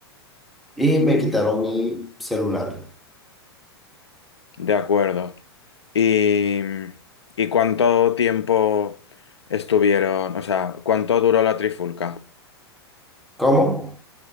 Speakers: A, in the centre; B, on the left (about 80°).
A: y me quitaron mi celular.
B: De acuerdo. ¿Y, y cuánto tiempo estuvieron? O sea, ¿cuánto duró la trifulca?
A: ¿Cómo?